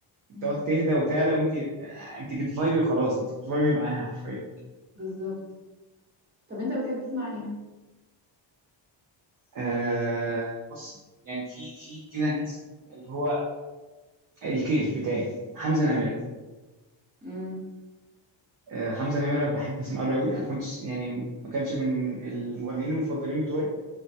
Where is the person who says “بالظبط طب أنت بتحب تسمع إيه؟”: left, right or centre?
Right